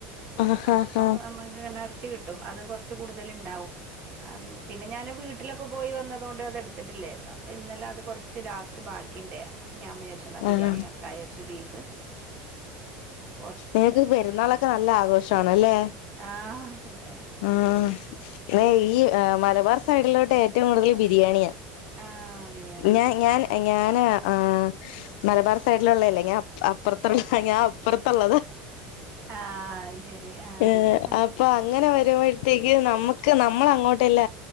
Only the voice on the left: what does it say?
ആഹ്
ആഹ്
ആഹ്
നിങ്ങക്ക് പെരുന്നാളൊക്കെ നല്ല ആഘോഷണല്ലേ
ആഹ് <unintelligible> ഈ ഏഹ് മലബാർ സൈഡിലോട്ട് ഏറ്റോം കൂടുതൽ ബിരിയാണിയാ
ഞാൻ ഞാൻ ഞാന് ആഹ് മലബാർ സൈഡിലൊള്ളല്ലേ ഞാൻ അപ് അപ്പുറത്തുള്ളതാ ഞാൻ അപ്പറത്തുള്ളത
ഏഹ് അപ്പൊ അങ്ങനെ വരുമ്പോഴത്തേക്കു നമ്മുക്ക് നമ്മള അങ്ങോട്ടല്ല